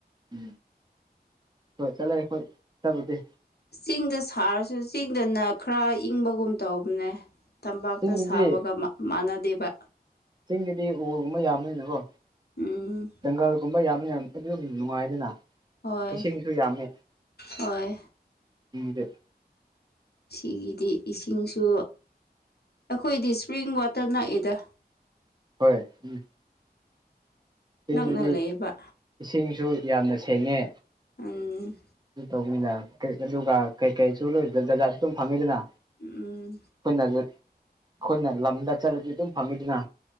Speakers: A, on the right; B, on the left.
A: ꯎꯝ ꯍꯣꯏ ꯆꯠꯂꯦ ꯍꯈꯣꯏ ꯆꯠꯕꯗꯤ
B: ꯆꯤꯡꯗ ꯁꯥꯔꯁꯨ ꯆꯤꯡꯗꯅ ꯈꯔ ꯏꯪꯕꯒꯨꯝ ꯇꯧꯕꯅꯦ ꯇꯝꯄꯥꯛꯇ
A: ꯆꯤꯡꯗꯗꯤ
B: ꯁꯥꯕꯒ ꯃꯥꯟꯅꯗꯦꯕ
A: ꯆꯤꯡꯒꯤꯗꯤ ꯎꯒꯨꯝꯕ ꯌꯥꯝꯕꯅꯤꯅꯦꯀꯣ
B: ꯎꯝ
A: ꯪꯒꯜꯒꯨꯝꯕ ꯌꯥꯝꯕ ꯑꯗꯨ ꯅꯨꯡꯉꯥꯏꯗꯅ
B: ꯍꯣꯏ
A: ꯏꯁꯤꯡꯁꯨ ꯌꯥꯝꯃꯦ
B: ꯍꯣꯏ
A: ꯎꯝꯗꯦ
B: ꯁꯤꯒꯤꯗꯤ ꯏꯁꯤꯡꯁꯨ ꯑꯩꯈꯣꯏꯗꯤ ꯏꯁꯄ꯭ꯔꯤꯡ ꯋꯥꯇꯔ ꯅꯥꯛꯏꯗ
A: ꯍꯣꯏ ꯎꯝ
B: ꯅꯛꯅ
A: ꯆꯤꯡꯗꯗꯤ
B: ꯂꯩꯌꯦꯕ
A: ꯏꯁꯤꯡꯁꯨ ꯌꯥꯝꯅ ꯁꯦꯡꯉꯦ
B: ꯎꯝ
A: ꯇꯧꯅꯤꯗ ꯑꯗꯨꯒ ꯀꯩꯀꯔꯤꯁꯨꯣꯏ ꯗꯖꯥꯠꯁꯨ ꯑꯗꯨꯝ ꯐꯪꯉꯤꯗꯅ ꯑꯩꯈꯣꯏꯅ
B: ꯎꯝ
A: ꯑꯩꯈꯣꯏꯅ ꯂꯝꯗ ꯆꯠꯂꯗꯤ ꯑꯗꯨꯝ ꯐꯪꯉꯤꯗꯨꯅ